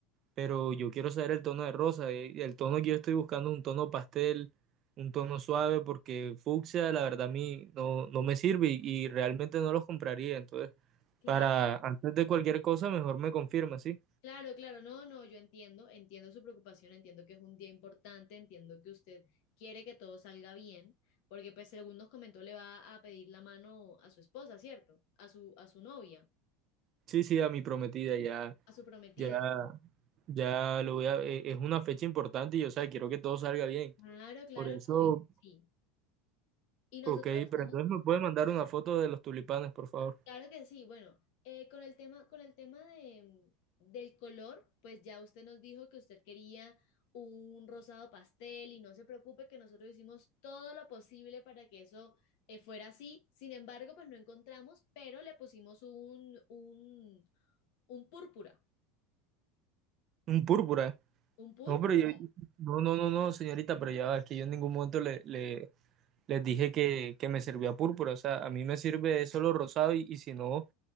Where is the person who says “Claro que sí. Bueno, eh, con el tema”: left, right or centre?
Left